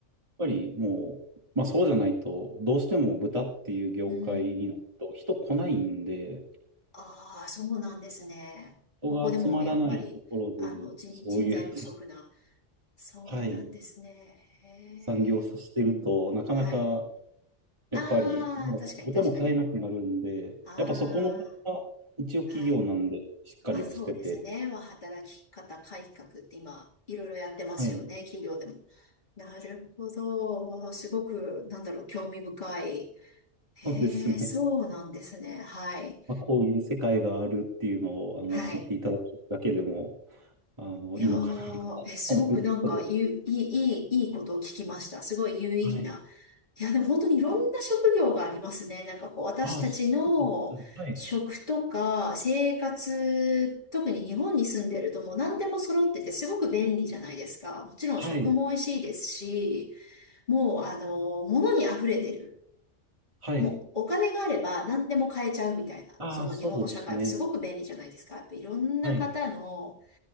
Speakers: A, on the right; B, on the left.
A: ぱりもう、まあそうじゃないと、どうしても豚っていう業界になると人来ないんで、
B: うん。ああ、そうなんですね。
A: 人が集まらないところで、
B: ここでもやっぱり、あの、人、
A: そういう、
B: 人材不足な。
A: <laughs>
B: そうなんですね。
A: はい、
B: へえ。
A: 産業をさせてると、なかなか、
B: はい。
A: やっぱり、
B: ああ、
A: もう、
B: 確かに確かに。
A: 豚も飼えなくなるんで、
B: あ
A: やっぱそこの辺は、一応企業なんで、
B: あ、はい。
A: しっかりはしてて、
B: あ、そうですね。まあ、働き方改革って今、いろいろやってますよね、
A: はい、
B: 企業でも。なるほど。わあすごく、なんだろう、興味深い。へえ、
A: そうですね。
B: そうなんですね。はい。
A: まあ、こういう世界があるっていうのを、あの、
B: はい。
A: 知っていただくだけでも、あの、
B: いやー、
A: いいのかなと思うところで。
B: え、すごくなんか、ゆ、いい、いい、いいことを聞きました。すごい有意義な
A: はい。
B: いや、でも本当にいろんな職業がありますね。なんかこう、私たちの食とか生活、
A: ああ、そうです。はい。
B: 特に日本に住んでるともう何でも揃っててすごく便利じゃないですか。もちろん食も美味しいですし、
A: はい。
B: もうあの、物に溢れてる。
A: はい。
B: もうお金があれば何でも買えちゃうみたいな、
A: ああ、
B: その日本の社会ってすごく便利じゃないですか。
A: そうですね。
B: やっぱいろんな方の
A: はい。